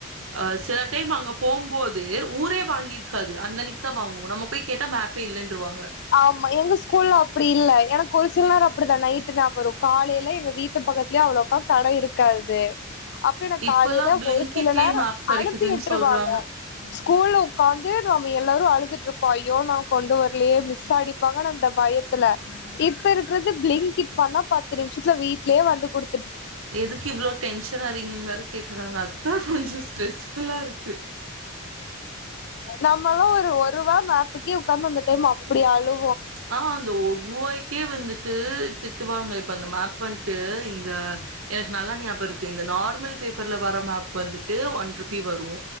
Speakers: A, on the right (about 80°); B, on the left (about 55°).
A: ஆ சில டைம் அங்க போம்போ து ஊரே வாங்கிற் காது அந்தன்னக் வாங்வோ நம்ம போய் கேட்டா இல்லைன்ருவாங்க
B: ஆமா எங்க ஸ்கூல்ல அப்படி இல்ல எனக்கு ஒரு சில நேர அப்படிதா நைட்டு நாப வரு காலைல எங்க வீட்டு பக்கத்துலயே அவ்ளாக்கா கடை இருக்காது அப்ப எனக்கு
A: இப்பலாம்
B: காலைல
A: பிளிங்கிட்லயே
B: ஒரு சில நேர
A: மேப் கெடைக்குதுன்னு
B: அனுப்பி விட்ருவாங்க
A: சொல்றாங்க.
B: ஸ்கூல்ல உக்காந்து நாம எல்லாரு அழுதுட்ருப்பாய் யோ நா கொண்டு வர்லயே மிஸ் அடிப்பாங்கன் அந்த பயத்துல இப்ப இருக்கிறது பிளிங்க் இட் பண்ணா பத்து நிமிஷத்துல வீட்லயே வந்து குடுத்
A: எதுக்கு இவ்வள டென்ஷன் ஆறிங்கன் வேற கேக்கறாங்க அதுதா கொஞ்ச ஸ்ட்ரெஸ்ஃபுல்லா இருக்கு
B: நம்மளா ஒரு ஒருவா மேப்புக்கே உக்காந்து அந்த டைம் அப்படி அழு
A: ஆ அந்த ஒர்ருவாய்க்கே வந்து ட்டு திட்டுவாங்க இப்ப அந்த மேப் புன்ட்டு இந்த எனக்கு நல்லா ஞாபக இருக்கு இந்த நார்மல் பேப்பர்ல வர மேப் வந்து ட்டு ஒன் ருபி வரு